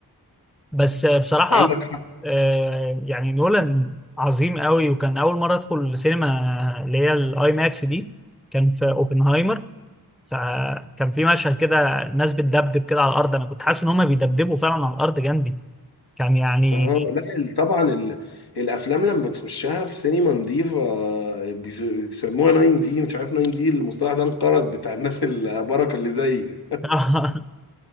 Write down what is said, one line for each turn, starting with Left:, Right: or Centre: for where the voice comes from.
Centre: بس بصراحه
Left: عندك
Centre: آه، يعني نولان عظيم قوي وكان اول مره ادخل السينما اللي هي الاي ماكس دي كان في اوبنهايمر فكان في مشهد كده ناس بتدبدب كده على الارض انا كنت حاسس ان هم بيدبدبوا فعلا على الارض جنبي كان يعني
Left: اه لا ال- طبعا ال... الافلام لما بتخشها في سينما نظيفه بيس- بيسموها 9 دي مش عارف 9 دي المصطلح ده انقرض بتاع الناس البركه اللي زي
Centre: <laughs>